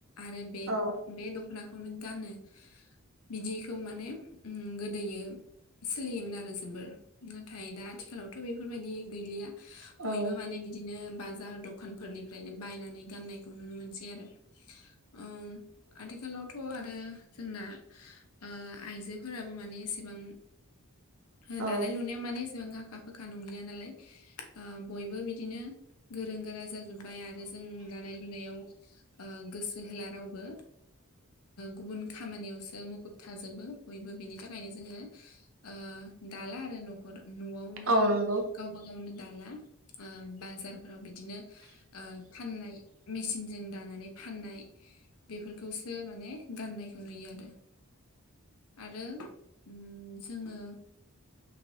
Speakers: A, on the left (about 85°); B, on the right (about 60°).
A: आरो बे
B: औ
A: बे द खनाखौनो गानो। बिदिखौ माने ओम गोदोयो सोलियोमोन आरो जोबोर। नाथाय दा आथिखालावथ' बेफोरबायदि गैलिया।
B: औ
A: बयबो माने बिदिनो बाजार द दखानफोरनिफ्रायनो बायनानै गाननायखौ नुनो मोनसै आरो। ओम आथिखालावथ' आरो जोंना ओ आइजोफोराबो माने एसेबां हो
B: औ
A: दानाय लुनायाव माने एसेबां आखा फाखा नंलिया नालाय। बयबो बिदिनो गोरों गोरा जाजोब बाय आरो जों दानाय लुनायाव गोसो होला रावबो। गुबुन खामानियावसो मुखुब थाजोबो। बयबो बेनि थाखायनो जोङो ओ दाला आरो न'खर न'आवनो
B: औ नंगौ औ नंगौ
A: गावबा गावनो दाला। बाजारफोराव बिदिनो फाननाय, मेचिनजों दानानै फाननाय बेफोरखौसो माने गाननायखौ नुयो आरो। आरो उम जोङो,